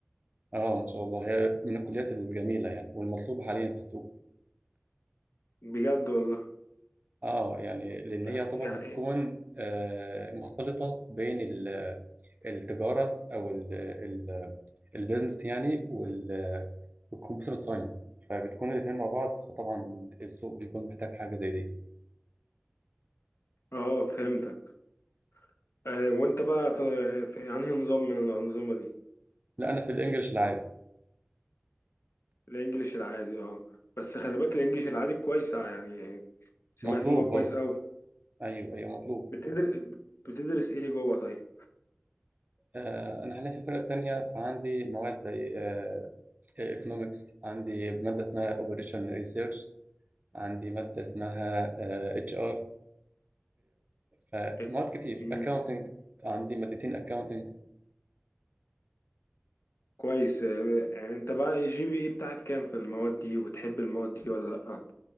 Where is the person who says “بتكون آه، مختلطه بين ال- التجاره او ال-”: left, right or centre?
Right